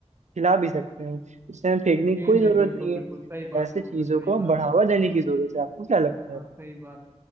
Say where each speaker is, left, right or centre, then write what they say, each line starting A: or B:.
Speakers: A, on the right; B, on the right.
A: खिला भी सकते हैं उसे हमें फेंकने
B: जी
A: की कोई
B: जी,
A: जरूरत
B: बिल्कुल
A: नहीं
B: बिल्कुल
A: है
B: सही बात
A: ऐसे
B: बोल
A: चीजों
B: रहे हैं सही
A: को
B: बात
A: बढ़ावा
B: है
A: देने की जरूरत है आपको क्या लगता है
B: हाँ सही बात